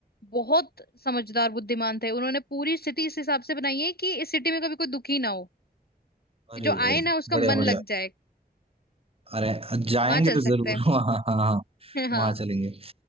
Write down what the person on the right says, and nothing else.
अरे
भाई
बढ़िया
बढ़िया
अरे जाएंगे
तो
जरूर
<laughs> वहाँ हाँ हाँ
वहाँ चलेंगे